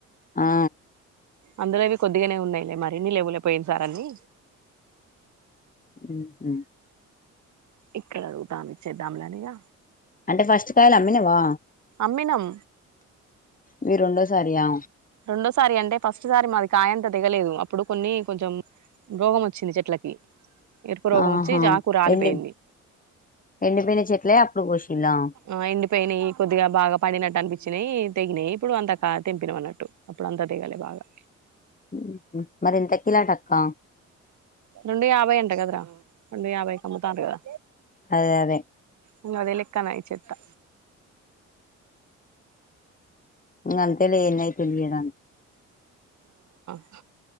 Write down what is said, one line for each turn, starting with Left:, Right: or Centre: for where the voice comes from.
Left: ఆ
Right: అందులో ఇవి కొద్దిగానే ఉన్నాయిలే మరి ఇన్ని లేవులే పోయినసారి అని
Left: ఉహు
Right: ఇక్కడ అడుగుతాంది ఇచ్చేద్దాంలే అని ఇక
Left: అంటే ఫస్ట్ కాయలు అమ్మినావా
Right: అమ్మినాం
Left: ఇవి రెండోసారియా
Right: రెండోసారి అంటే ఫస్ట్ సారి మాది కాయంత తేగలేదు అప్పుడు కొన్ని కొంచెం రోగం వచ్చింది చెట్లకి ఎరుపు రోగం
Left: ఆహా
Right: వచ్చి జాకు రాలిపోయింది
Left: ఎండి ఎండిపోయిన చెట్లే అప్పుడు కోసిల్లా
Right: ఆ ఎండిపోయినాయి కొద్దిగా బాగా పండినట్టు ఇచ్చినయి తెగినాయి ఇప్పుడు అంతా కా తెంపినామ్ అన్నట్టు అప్పుడంతా తెగలే బాగా
Left: ఉహు మరి ఇంతకిలాట అక్క
Right: రెండు యాభై అంట కదరా రెండు యాభైకి అమ్ముతాండ్రు కదా
Left: అదే అదే
Right: యూ అదే లెక్కన ఇచ్చేస్తా
Left: ఉ అంతేలే ఏందైతుంది లే గాని
Right: ఆ